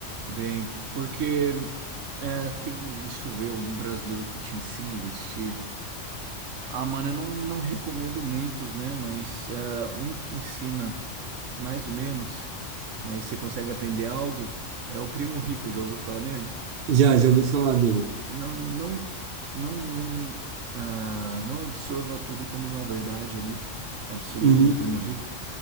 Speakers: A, on the right (about 75°); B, on the right (about 55°).
A: Bem, porque é, tem, deixa eu ver algum brasileiro que te ensina a investir. Ah, mano, eu não, não recomendo muitos, né? Mas eh, um que ensina mais ou menos, mas você consegue aprender algo, é o Primo Rico, já ouviu falar nele?
B: Já, já ouvi falar dele.
A: Eu não, não, não, não, ah, não absorva tudo como uma verdade ali, absoluta
B: Uhum.
A: do Primo Rico,